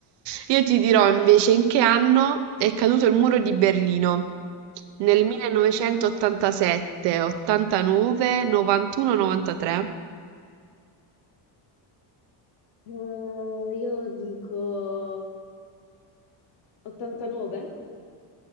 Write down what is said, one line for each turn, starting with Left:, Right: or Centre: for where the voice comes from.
Right: Io ti dirò invece in che anno è caduto il muro di Berlino. Nel 1987, 89, 91, 93.
Left: Eh, io dico 89?